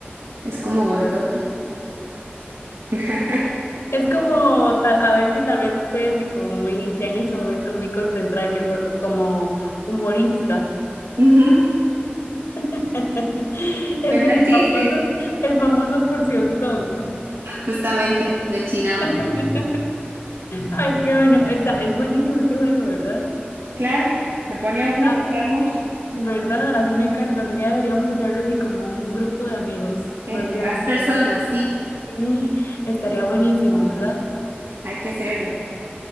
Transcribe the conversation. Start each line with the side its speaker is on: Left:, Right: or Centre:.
Right: Es como gordote. <laughs>
Left: Es como, ta- a ver si tal vez estoy así como muy, ya en ese momento muy concentrada en el juego, como humorista.
Right: Ujú,
Left: <laughs> Es
Right: Cuenta
Left: el
Right: chiste.
Left: famoso, el famoso porcionzón.
Right: Justamente, del Chinamo.
Left: <laughs> Ay, qué bueno. Está, es buenísimo este juego, ¿verdad?
Right: Claro, lo pone a uno
Left: Ah,
Right: a pensar mucho.
Left: ¿verdad? A mí me encanta. Un día deberíamos hacerlo así como un grupo de amigos
Right: Entre
Left: más grande.
Right: más personas, sí.
Left: Sí, estaría buenísimo, ¿verdad?
Right: hay que hacerlo.